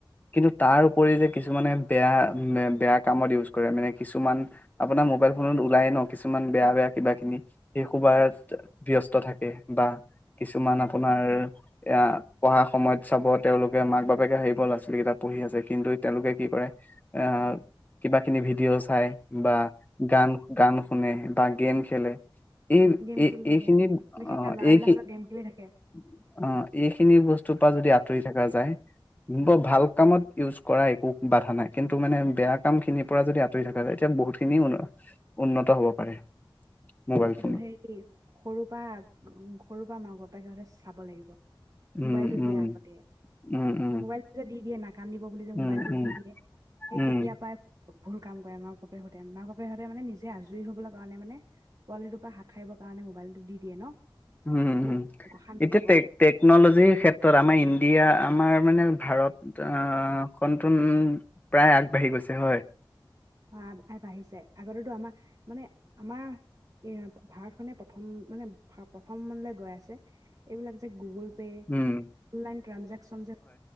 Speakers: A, on the left (about 20°); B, on the right (about 45°).
A: কিন্তু তাৰ উপৰি যে কিছুমানে বেয়া-বেয়া কামত ইউজ কৰে মানে কিছুমান আপোনাৰ মোবাইল ফোনত ওলায়ে ন' কিছুমান বেয়া বেয়া কিবা কিবি, সেই সোপাত ব্যস্ত থাকে। <unintelligible> বা কিছুমান আপোনাৰ এয়া পঢ়া সময়ত চাব তেওঁলোকে মাক বাপেকে আহিব ল'ৰা ছোৱালী কেইটা পঢ়ি আছে কিন্তু তেওঁলোকে কি কৰে এ কিবা কিনি ভিডিঅ' চাই বা গান-গান শুনে বা গেম খেলে। এই-এই
B: গেম খেলি থাকে
A: এইখিনি অ'
B: বিশেষকে ল'ৰাবিলাকহঁতৰ
A: এইখিন-অ'
B: গেম খেলি থাকে
A: এইখিনি বস্তুৰ পৰা যদি আঁতৰি থকা <unintelligible> ভাল কামত ইউজ কৰা একো বাধা নাই কিন্তু মানে বেয়া কাম খিনিৰ পৰা যদি আঁতৰি থকা যায় এতিয়া বহুতখিনি উন্নত হব পাৰে। মোবাইল
B: এইটো
A: ফোনত
B: হেৰি সৰুৰ পৰা সৰুৰ পৰা মাক-বাপেক হঁতে চাব লাগিব।
A: উম
B: মোবাইলটো
A: উম
B: দিয়ে আগতে,
A: উম উম
B: মোবাইলটো যে দি দিয়ে নাকান্দিব বুলি যে
A: উম
B: মোবাইলটো
A: উম
B: দি দিয়ে, সেই
A: উম
B: তেতিয়া পাই ভুল কাম কৰে আমাক <unintelligible> মাক-বাপেকহঁতে মানে নিজ যে আজৰি হ'বৰ কাৰণে মানে পোৱালিটোৰ পৰা হাত সাৰিব কাৰণে মোবাইলটো দি দিয়ে ন'!
A: উম হম
B: মোক শান্তি
A: এতিয়া
B: নকৰক
A: টেক টেকনলজিৰ ক্ষেত্ৰত আমাৰ ইণ্ডিয়া আমাৰ, মানে ভাৰত আ <unintelligible> প্ৰায় আগবাঢ়ি গৈছে হয়!
B: আ-আগবাঢ়িছে আগতেতো আমাৰ মানে আমাৰ এ ভাৰতখনে প্ৰথম মানে প্ৰথমলে গৈ আছে, এইবিলাক যে গুগল পে অনলাইন
A: উম
B: ট্ৰেনজেকচন যে